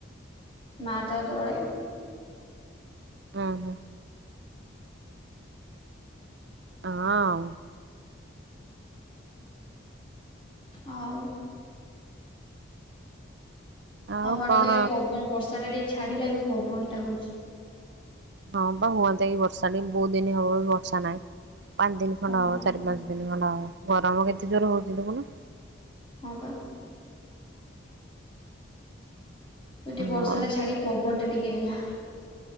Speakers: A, on the left; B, on the right.
A: ମାତା ତଳେ
B: ହୁଁ ହୁଁ। ହଁ।
A: <inaudible> ଆଉ
B: ଆଉ
A: ଆମର
B: କଣ
A: ତ ଏ ପବନ ବର୍ଷା ଟା ଟିକେ ଛାଡିଲା ଏ ବି ପବନ ଟା ହଉଛି।
B: ହଁ ବା ହୁଅନ୍ତା କି ବର୍ଷା ଟ ବହୁତ ଦିନ ହବ ବର୍ଷା ନାହିଁ। ପାଞ୍ଚ ଦିନ ଖଣ୍ଡା
A: ହଁ
B: ହବ
A: ହଁ
B: ଚାରି ପାଞ୍ଚ ଦିନ ଖଣ୍ଡା ହବ ଗରମ କେତେ ଜୋର ହଉଛି ଦଖୁନୁ।
A: ହଁ ବା। ତ ଟିକେ ବର୍ଷା
B: ହଉ
A: ଟା ଛାଡି ପବନ ଟା ଟିକେ ହେଲା।